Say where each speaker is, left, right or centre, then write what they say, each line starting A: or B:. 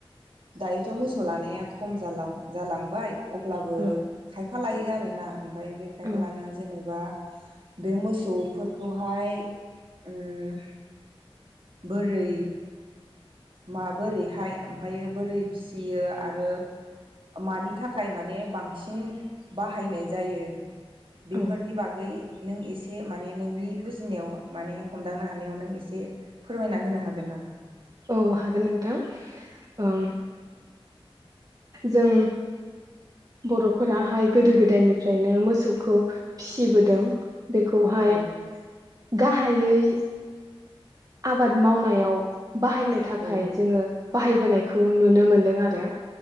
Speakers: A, on the right; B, on the right.
A: दायोथ' मोसौ लानाया खम जालां-जालांबाय अब्लाबो
B: औ
A: खायफा लायो आ रोना ओमफ्राय बे खायफ
B: औ
A: लानायाव जेनेबा बे मोसौफोर खौहाय ओम बोरै माबोरैहाय ओमफ्रायो बोरै फिसियो आरो मानि थाखाय माने बांसिन बाहायनाय जायो। बेफोरनि
B: औ
A: बागै नों एसे माने नोंनि बुजिनायाव माने हमदांनो हानायाव नों एसे फोरमायना होनो हागोन नामा?
B: औ हागोन नोंथां। आं जों बर'फोराहाय गोदो गोदायनिफ्रायनो मोसौखौ फिबोदों बेखौहाय
A: औ
B: गाहा हायै आबाद मावनायाव बाहायनो थाखाय
A: औ
B: जोङो बाहायबोनायखौ नुनो मोन्दों आरो